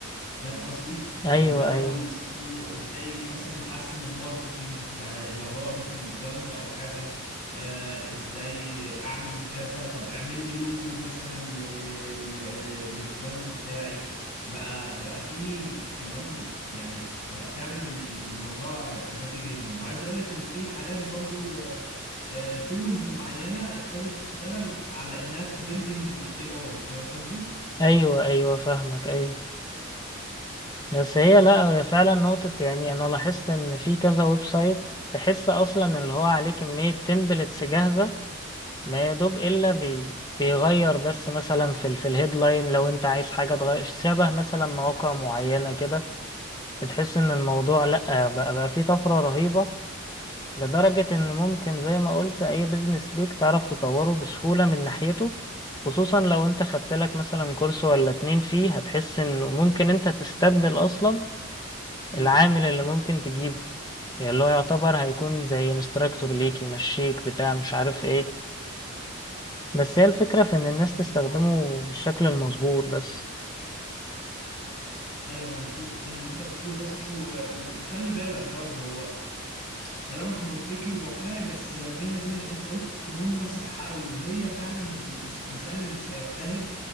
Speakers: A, on the left; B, on the left.
A: فاهم قصدي
B: أيوه
A: يعني بدأوا
B: أيوه
A: يسألوه ازاي مثلا نحسن من الماركتينج بتاع لو هو مثلا براند او حاجة آه ازاي اعمل كذا طب اعمل لي لوجو مثلا ل- ل- ل- للبراند بتاعي بقى بقى في كمان يعني بقى فعلا ال- ال- الموضوع ذكي جدا وعايز اقول لك ان في حاليا برضو تولز معينة ابتدت تشتغل على انها تبيلدينج الاي اي فاهم قصدي؟
B: أيوه أيوه فاهمك أيوه بس هي لأ هي فعلا نقطة يعني أنا لاحظت إن في كذا ويب سايت تحس أصلا اللي هو عليه كمية تمبلتس جاهزة ما يا دوب الا بي... بيغير بس مثلا في ال... في الهيدلاين لو انت عايز حاجه تغير شبه مثلا مواقع معينه كده بتحس ان الموضوع لا بقى بقى فيه طفره رهيبه لدرجه ان ممكن زي ما قلت اي بيزنس ليك تعرف تطوره بسهوله من ناحيته خصوصا لو انت خدت لك مثلا كورس ولا اتنين فيه هتحس انه ممكن انت تستبدل اصلا
A: امم
B: العامل اللي ممكن تجيبه يعني اللي هو يعتبر هيكون زي انستراكتور ليك يمشيك بتاع مش عارف ايه بس هي الفكرة في إن الناس تستخدمه
A: هو
B: بالشكل المظبوط بس
A: ايوه مظبوط اللي انت بتقوله ده صح و... و- وخلي بالك برضه هو كلامك منطقي وواقعي بس لو جينا زي انت قلت جمله صح قوي وهي فعلا ال... ال- الانسان اللي مش هيجتهد